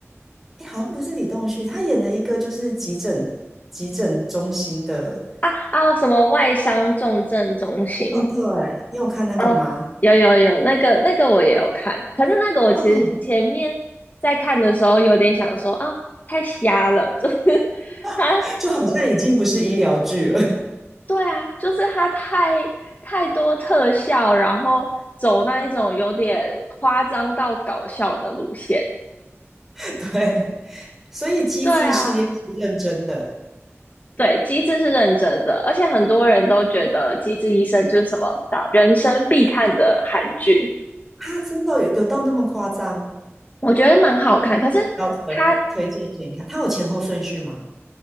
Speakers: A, in the centre; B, on the left.
A: 诶好像不是李栋旭，他演的一个就是急诊急诊中心的。
B: 啊啊，什么外伤重症中心？
A: 哦，对，你有看那个吗？
B: 哦，有有有，那个那个我也有看，可是那个我其实前面在看的时候有点想说啊，
A: 哦，
B: 太瞎了，就是 <laughs> 他
A: <laughs> 就好像已经不是医疗剧了，
B: 对啊，就是它太太多特效，然后走那一种有点夸张到搞笑的路线。
A: <laughs> 对，所以机智系列是认真的，
B: 对啊，对，机智是认真的，而且很多人都觉得《机智医生》就是什么的人生必看的韩剧，
A: 他真的有有到那么夸张？
B: 我觉得蛮好看。可是
A: 要推推荐给你看，
B: 它
A: 它有前后顺序吗？